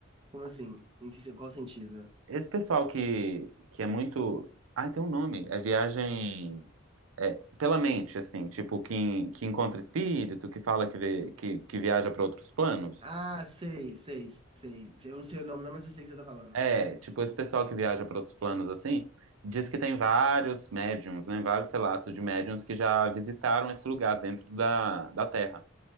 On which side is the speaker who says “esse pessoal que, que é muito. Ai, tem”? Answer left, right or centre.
Right